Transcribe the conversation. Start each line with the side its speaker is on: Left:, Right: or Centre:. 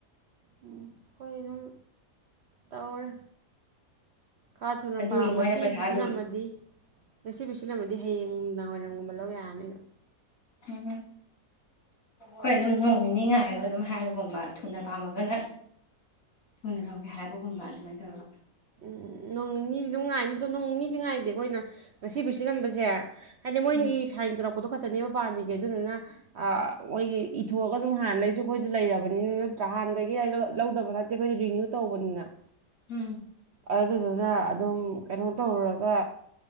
Right: ꯎ ꯑꯩꯈꯣꯏ ꯑꯗꯨꯝ ꯇꯧꯔꯦ ꯈꯔ ꯊꯨꯅ
Left: ꯑꯗꯨꯒꯤ
Right: ꯄꯥꯎ
Left: ꯃꯣꯏꯅ
Right: ꯉꯁꯤ
Left: ꯄꯩꯁꯥ
Right: ꯄꯤꯁꯤꯜꯂꯝꯃꯗꯤ
Left: ꯑꯗꯨꯝ
Right: ꯉꯁꯤꯕꯨ ꯁꯤꯜꯂꯝꯃꯗꯤ ꯍꯌꯦꯡ ꯅꯗꯥꯡꯋꯥꯏꯔꯝꯒꯨꯝꯕ ꯂꯧ ꯌꯥꯔꯅꯤꯗꯣ
Left: ꯎꯝ ꯍꯣꯏ ꯑꯗꯨꯝ ꯅꯣꯡ ꯅꯤꯅꯤ ꯉꯥꯏꯌꯣ ꯑꯗꯨꯝ ꯍꯥꯏꯕꯒꯨꯝꯕ ꯊꯨꯅ ꯄꯥꯝꯃꯒꯅ ꯊꯨꯅ ꯂꯧꯒꯦ ꯍꯥꯏꯕꯒꯨꯝꯕ ꯑꯗꯨꯃꯥꯏꯅ ꯇꯧꯔꯕ
Right: ꯅꯣꯡ ꯅꯤꯗꯤ ꯑꯗꯨꯝ ꯉꯥꯏꯅꯤꯗꯣ ꯅꯣꯡ ꯅꯤꯗꯤ ꯉꯥꯏꯗꯦ ꯑꯩꯈꯣꯏꯅ ꯉꯁꯤꯕꯨ ꯁꯤꯂꯝꯕꯁꯦ ꯍꯥꯏꯗꯤ ꯃꯣꯏꯒꯤ
Left: ꯎꯝ
Right: ꯁꯥꯏꯟ ꯇꯧꯔꯛꯄꯗꯣ ꯈꯛꯇꯅꯦꯕ ꯄꯥꯝꯃꯤꯁꯦ ꯑꯗꯨꯗꯨꯅ ꯃꯣꯏꯒꯤ ꯏꯊꯣꯛꯑꯒ ꯑꯗꯨꯝ ꯍꯥꯟꯅꯗꯒꯤꯩꯁꯨ ꯑꯩꯈꯣꯏꯁꯨ ꯂꯩꯔꯕꯅꯤꯅ ꯅꯠꯇ꯭ꯔꯥ ꯍꯥꯟꯅꯗꯒꯤ ꯑꯩꯗ ꯂꯧꯗꯕꯅ ꯑ ꯑꯩꯈꯣꯏꯗ ꯔꯤꯅ꯭ꯌꯨ ꯇꯧꯕꯅꯤꯅ
Left: ꯎꯝ
Right: ꯑꯗꯨꯗꯨꯅ ꯑꯗꯨꯝ ꯀꯩꯅꯣ ꯇꯧꯔꯨꯔꯒ